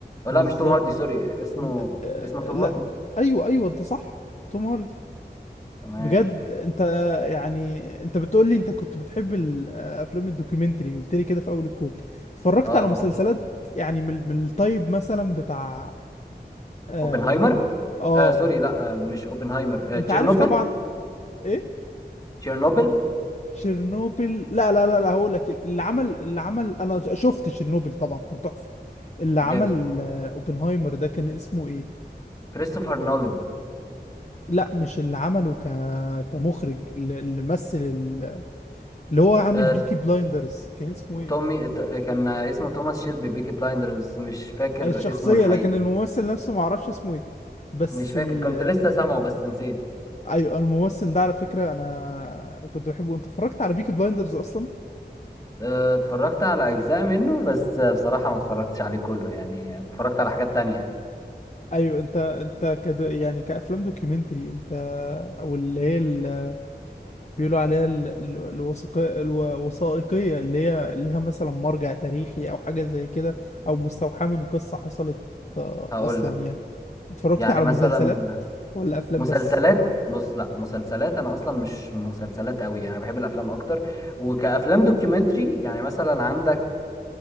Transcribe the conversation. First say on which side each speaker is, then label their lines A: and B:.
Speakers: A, on the left; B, on the left.
A: أو
B: بالظبط
A: لا مش توم هاردي سوري اسمه
B: لا آه،
A: اسمه توم
B: لا.
A: هاردي
B: ايوه ايوه انت صح توم هاردي
A: تمام
B: بجد انت يعني انت بتقول لي انت كنت بتحب الافلام الدوكيومنتري قلت لي كده في اول الكول اتفرجت
A: اه
B: على
A: طبعا
B: مسلسلات يعني من من الطيب مثلا بتاع اه,
A: اوبنهايمر
B: آه.
A: آه سوري لا آه مش اوبنهايمر
B: انت
A: آه تشيرنوبل
B: عارف طبعا ايه
A: تشيرنوبل
B: شيرنوبل لا لا لا لا هقول لك اللي عمل اللي عمل انا شفت شيرنوبل طبعا كان تحفة اللي عمل
A: جامد
B: آه، اوبنهايمر ده كان اسمه ايه
A: كريستوفر نولان
B: لا مش اللي عمله ك... كمخرج اللي اللي مثل ال- اللي هو عامل
A: آه،
B: بيكي بلايندرز كان اسمه ايه
A: تومي ت- كان اسمه توماس شيلبي بيكي بلايندرز مش فاكر
B: الشخصية
A: اسمه الحقيقي
B: لكن الممثل نفسه ما اعرفش اسمه ايه بس
A: مش فاكر
B: ال
A: كنت لسه سامعه بس نسيت
B: ايوه الممثل ده على فكرة انا كنت بحبه انت اتفرجت على بيكي بلايندرز اصلا
A: آه، اتفرجت على اجزاء منه بس آه، بصراحة ما اتفرجتش عليه كله يعني اتفرجت على حاجات تانية
B: ايوه انت انت كد... يعني كافلام دوكيومنتري انت او اللي هي ال... بيقولوا عليها ال... ال- الوثيق... الوثائقية اللي هي ليها مثلا مرجع تاريخي او حاجة زي كده او مستوحاة من قصة حصلت آه،
A: هقول
B: اصلا
A: لك
B: يعني اتفرجت
A: يعني
B: على
A: مثلا
B: مسلسلات ولا افلام
A: مسلسلات
B: بس
A: بص لا مسلسلات انا اصلا مش مسلسلات قوي يعني بحب الافلام اكتر وكافلام دوكيومنتري يعني مثلا عندك